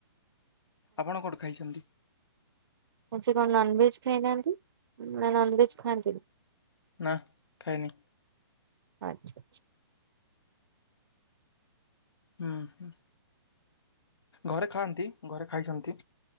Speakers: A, on the left; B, on the right.
A: ଆପଣ କେଉଠୁ ଖାଇଛନ୍ତି?
B: ମ ସେ କଣ ନନଭେଜ ଖାଇନାହାନ୍ତି ନା ନନ ଭେଜ ଖାଆନ୍ତିନି।
A: ନା ଖାଇନି
B: ଆଚ୍ଛା ଆଚ୍ଛା।
A: ହୁଁ ହୁଁ ଘରେ ଖାଆନ୍ତି ଘରେ ଖାଇଛନ୍ତି